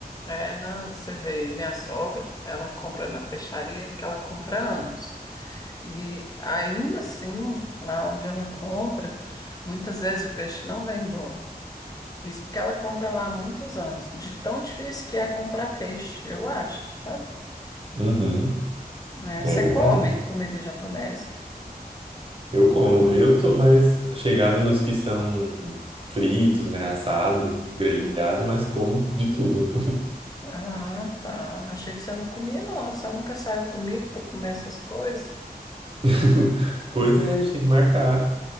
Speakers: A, on the left; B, on the right.
A: É, na, você vê, minha sogra, ela compra na peixaria que ela compra há anos. E ainda assim, lá onde ela compra, muitas vezes o peixe não vem bom. Isso porque ela compra lá há muitos anos. De tão difícil que é comprar peixe, eu acho, sabe?
B: Uhum,
A: É,
B: é
A: você
B: verdade.
A: come comida japonesa?
B: Eu como, eu tô mais chegado nos que são fritos, né? Assado, grelhado,
A: Hum.
B: mas como de tudo.
A: Ah, tá. Achei que você não comia, não. Você nunca saiu comigo para comer essas coisas?
B: <laughs> Pois
A: Hum.
B: é, a gente tem que marcar.